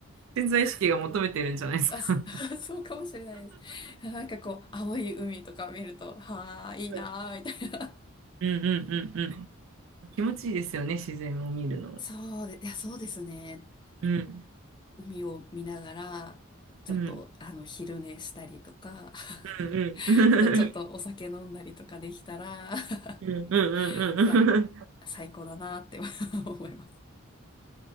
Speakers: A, on the right (about 70°); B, on the left (about 20°).
A: 潜在意識が求めてるんじゃないですか。
B: あ、そ
A: は
B: <laughs> そうかもしれないです。なんかこう、青い海とか見ると、はあ、いいなあみたいな。
A: いうんうんうんうん。気持ちいいですよね、自然を見るの。
B: そうで、いや、そうですね。
A: うん。
B: 海を見ながら、ちょっと、
A: うん。
B: あの、昼寝したりとか、<laughs>
A: うんうん。
B: あとちょっとお酒飲んだりとかできたら、
A: <laughs> うんうんうん
B: <laughs> さあ、最高だなって <laughs> 思います。